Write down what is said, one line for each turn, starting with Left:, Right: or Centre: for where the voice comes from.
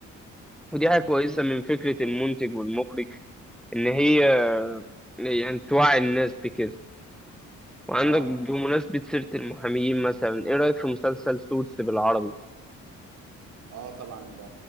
Centre: ودي
Right: اه
Centre: حاجه كويسه من فكره المنتج والمخرج ان هي يعني توعي الناس بكده وعندك
Right: اه
Centre: بمناسبه سيره المحامين مثلا ايه رايك في مسلسل سوتس بالعربي
Right: اه طبعا ده